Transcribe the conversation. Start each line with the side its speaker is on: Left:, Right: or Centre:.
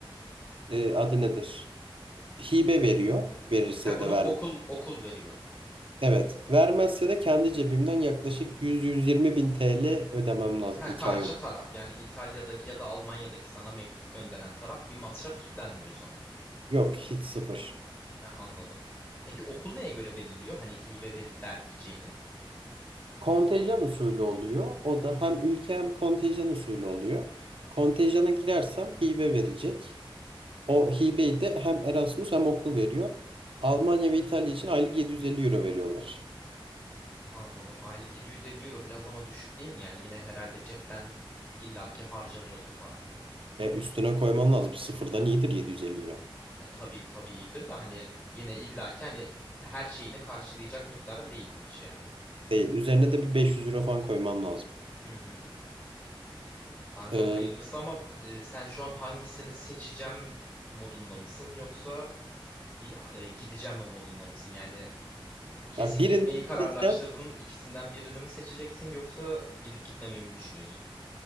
Right: Ee, adı nedir? Hibe veriyor. Verirse
Left: Ha
Right: ya
Left: bunu
Right: da vermez.
Left: okul okul veriyor.
Right: Evet. Vermezse de kendi cebimden yaklaşık 100-120 bin TL ödemem lazım.
Left: Ha,
Right: 2
Left: karşı
Right: ay önce.
Left: taraf yani İtalya'daki ya da Almanya'daki sana mektup gönderen taraf bir masraf üstlenmiyor o zaman.
Right: Yok hiç sıfır.
Left: Ha, anladım. Peki okul neye göre belirliyor? Hani hibe verip vermeyeceğini.
Right: Kontenjan usulü oluyor. O da hem ülke hem kontenjan usulü oluyor. Kontenjana girersem hibe verecek. O hibeyi de hem Erasmus hem okul veriyor. Almanya ve İtalya için aylık 750 euro veriyorlar.
Left: Anladım. Aylık 750 euro biraz ama düşük değil mi? Yani yine herhalde cepten illaki harcanıyordur para.
Right: E, üstüne koyman lazım. Sıfırdan iyidir 750 euro.
Left: E, tabii tabii iyidir de hani yine illaki hani her şeyini karşılayacak miktarı değilmiş yani.
Right: Değil. Üzerine de bir 500 euro falan koymam lazım.
Left: Hı hı. Kanka
Right: E,
Left: hayırlısı ama e, sen şu an hangisini seçeceğim modunda mısın yoksa hi- e, gideceğim mi modunda mısın? Yani Kesin
Right: ya birine
Left: gitmeyi kararlaştırdın.
Right: gideceğim.
Left: İkisinden birini mi seçeceksin yoksa gidip gitmemeyi mi düşünüyorsun?